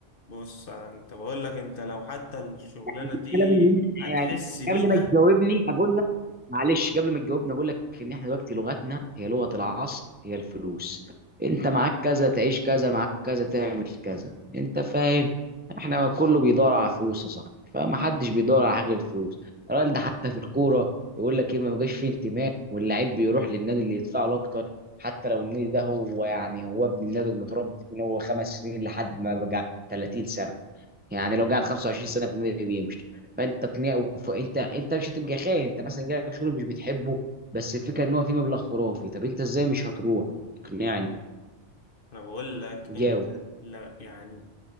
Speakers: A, on the left (about 50°); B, on the right (about 15°).
A: بص انت بقول لك انت لو حتى الشغلانه
B: احنا بنتكلم
A: دي
B: ان
A: هتحس
B: إحنا يعني
A: بيها
B: قبل ما تجاوبني اقول لك معلش قبل ما تجاوبني اقول لك ان احنا دلوقتي لغتنا هي لغة العصر هي الفلوس انت معاك كذا تعيش كذا معاك كذا تعمل كذا انت فاهم احنا كله بيدور على فلوس يا صاحبي فما حدش بيدور على حاجه غير الفلوس الراجل ده حتى في الكوره يقول لك ايه ما بقاش فيه انتماء واللعيب بيروح للنادي اللي يدفع له اكتر حتى لو النادي ده هو يعني هو ابن النادي ومتربي فيه من هو خمس سنين لحد ما بقى 30 سنه يعني لو قعد 25 سنه في النادي يمشي فانت تقنيه وف... انت انت مش هتبقى خاين انت مثلا جالك شغل مش بتحبه بس الفكره ان هو في مبلغ خرافي طب انت ازاي مش هتروح اقنعني
A: انا بقول لك انت
B: جاوب
A: لا يعني